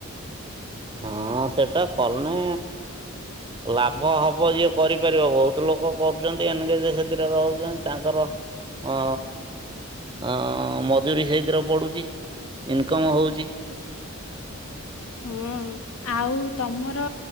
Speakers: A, on the right (about 20°); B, on the left (about 80°).
A: ହଁ ସେଟା କନେ ଲାଭ ହବ ଯିଏ କରିପାରିବ ବହୁତୁ ଲୋକ କରୁଚନ୍ତି ଏନଗେଜ ସେଥିରେ ରହୁଛନ୍ତି ତାଙ୍କର ଅ ଅ ମଜୁରୀ ସେଇଥିରେ ପଡୁଚି। ଇନକମ୍ ହଉଚି।
B: ହଁ ଆଉ ତମର